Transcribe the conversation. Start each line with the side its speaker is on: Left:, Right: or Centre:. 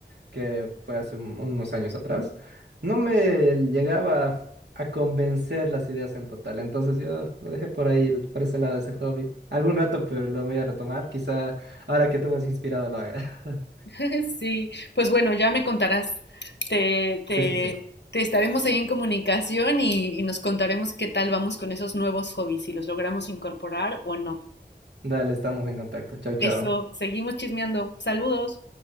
Right: que fue hace un- unos años atrás, no me llegaba a convencer las ideas en total. Entonces yo lo dejé por ahí, el- por ese lado de ese hobby. Algún rato, pero lo voy a retomar. Quizá ahora que tú me has inspirado lo haga. <laughs>
Left: <laughs> Sí, pues bueno, ya me contarás. Te, te,
Right: Sí, sí, sí.
Left: te estaremos ahí en comunicación y, y nos contaremos qué tal vamos con esos nuevos hobbies, si los logramos incorporar o no.
Right: Dale, estamos en contacto. Chau, chau.
Left: Eso, seguimos chismeando. Saludos.